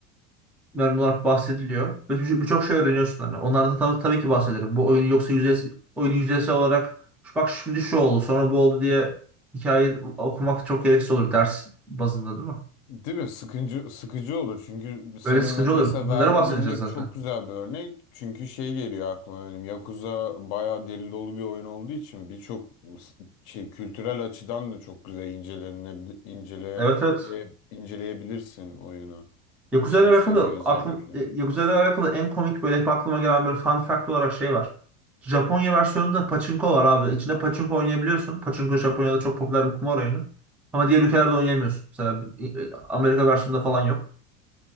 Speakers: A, in the centre; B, on the left.
A: genel olarak bahsediliyor. Ve bir- birçok şey öğreniyorsun. Hani. Onlardan tabii, tabii ki bahsederim. Bu oyunu yoksa yüzeysel, oyunu yüzeysel olarak "Şu bak şimdi şu oldu sonra bu oldu diye hikayeyi okumak çok gereksiz olur ders bazında değil mi?
B: Değil mi? Sıkıcı, sıkıcı olur. Çünkü senin
A: Öyle sıkıcı
B: me-
A: olur.
B: mesela
A: Bunlara
B: verdiğin
A: bahsedeceğiz
B: örnek
A: zaten.
B: çok güzel bir örnek. Çünkü şey geliyor aklıma benim. Yakuza bayağı deli dolu bir oyun olduğu için birçok s- şey kültürel açıdan da çok güzel incelene, incele,
A: Evet evet.
B: inceleyebilirsin oyunu.
A: Yakuza
B: O
A: ile alakalı
B: seriyi özellikle.
A: aklım e, Yakuza ile alakalı en komik böyle hep aklıma gelen bir fun fact olarak şey var. Japonya versiyonunda pachinko var abi. İçinde pachinko oynayabiliyorsun. Pachinko Japonya'da çok popüler bir kumar oyunu. Ama diğer ülkelerde oynayamıyorsun. Mesela e, Amerika versiyonunda falan yok.